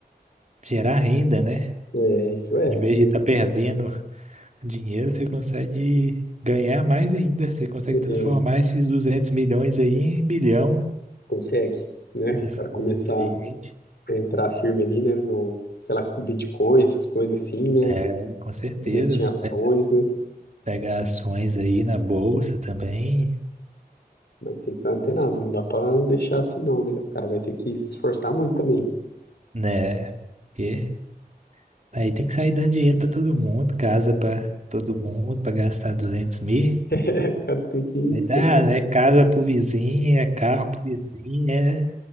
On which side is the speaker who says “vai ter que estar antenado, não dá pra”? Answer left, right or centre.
Left